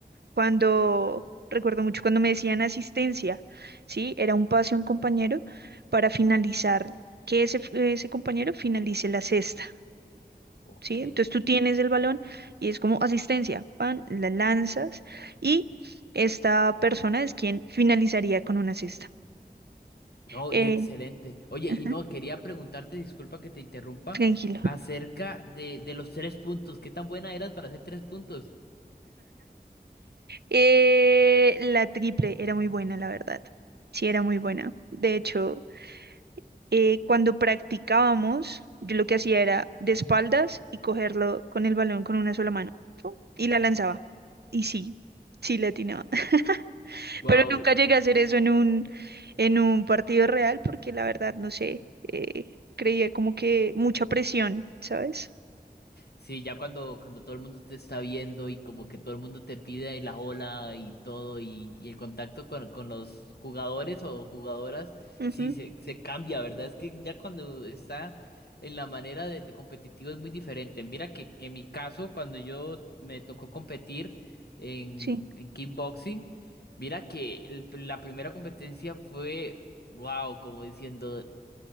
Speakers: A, on the right; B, on the left.
A: cuando, recuerdo mucho cuando me decían asistencia, ¿sí? Era un pase a un compañero para finalizar, que ese, ese compañero finalice la cesta.
B: ok.
A: ¿Sí? Entonces tú tienes el balón y es como asistencia, pan, la lanzas y esta persona es quien finalizaría con una cesta.
B: No,
A: Eh,
B: y excelente. Oye,
A: ajá,
B: y no, quería preguntarte, disculpa que te interrumpa,
A: tranquilo.
B: acerca de, de los tres puntos. ¿Qué tan buena eras para hacer tres puntos?
A: Eh, la triple era muy buena, la verdad. Sí, era muy buena. De hecho, eh, cuando practicábamos, yo lo que hacía era de espaldas y cogerlo con el balón con una sola mano. ¡fu! Y
B: Ok.
A: la lanzaba. Y sí, sí le atinaba. <laughs>
B: Wow,
A: Pero nunca llegué a hacer eso en un, en un partido real porque la verdad, no sé, eh, creía como que mucha presión, ¿sabes?
B: Sí, ya cuando, cuando todo el mundo te está viendo y como que todo el mundo te pide la ola y todo y, y el contacto con, con los jugadores o jugadoras,
A: Ujú,
B: sí, se, se cambia, ¿verdad? Es que ya cuando está en la manera de, de competitivo es muy diferente. Mira que, que en mi caso, cuando yo me tocó competir en,
A: sí,
B: en kickboxing, mira que el- la primera competencia fue, wow, como diciendo...